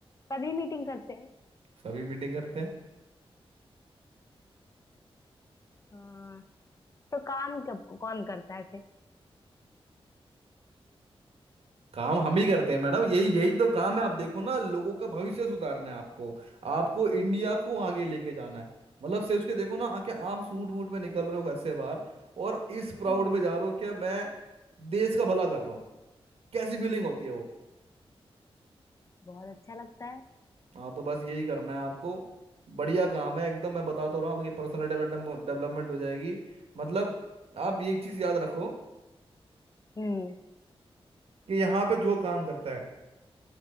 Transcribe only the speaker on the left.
सभी मीटिंग करते हैं
हाँ तो काम कब कौन करता है फिर
हम्म,
बहुत अच्छा लगता है
हम्म